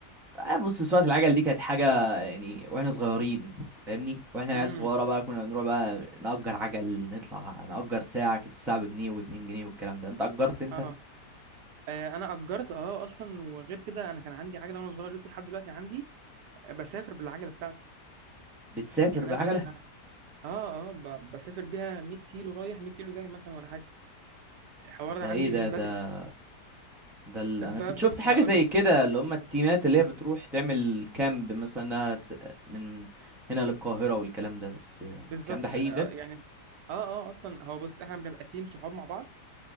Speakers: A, in the centre; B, on the right.
A: آه بص سواقة العجل دي كانت حاجة يعني واحنا صغيرين فاهمني واحنا
B: امم
A: عيال صغيرة بقى كنا بنروح بقى نأجر عجل نطلع نأجر ساعة كانت الساعة بجنيه واتنين جنيه والكلام ده انت أجرت انت
B: اه آه، انا اجرت اه اصلا وغير كده انا كان عندي عجله وانا صغير لسه لحد دلوقتي عندي آه، بسافر بالعجله بتاعتي
A: بتسافر
B: يعني
A: بعجلة
B: انا اه اه ب- بسافر بيها 100 كيلو رايح 100 كيلو جاي مثلا ولا حاجه الحوار ده
A: ده
B: عندي
A: ايه ده
B: من
A: ده
B: بدري
A: ده ال...
B: ب-
A: انا كنت شفت
B: بص
A: حاجه
B: هقول
A: زي
B: لك
A: كده اللي هم التيمات اللي هي بتروح تعمل كامب مثلا انها تس- من هنا للقاهره والكلام ده بس يعني
B: بالظبط
A: الكلام ده حقيقي
B: آه،
A: بجد
B: آه، يعني اه اه اصلا هو بص احنا بنبقى تيم صحاب مع بعض